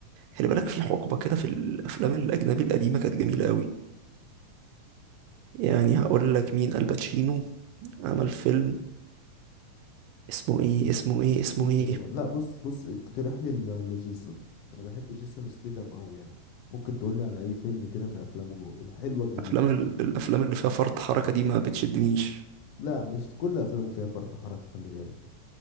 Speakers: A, on the right; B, on the left.
A: خلي بالك في حقبة كده في الأفلام الأجنبي القديمة كانت جميلة أوي يعني هقول لك مين الباتشينو عمل فيلم اسمه إيه اسمه إيه اسمه
B: نجم
A: إيه
B: ده بقى. لا بص بص اقترح لي ل- لجيسون انا بحب جيسون ستيثم قوي يعني ممكن تقول لي على اي فيلم كده من افلامه الحلوة الجديدة
A: أفلام ال- الأفلام اللي فيها فرط حركة دي ما بتشدنيش
B: لا مش كل افلامه فيها فرط حركة خلي بالك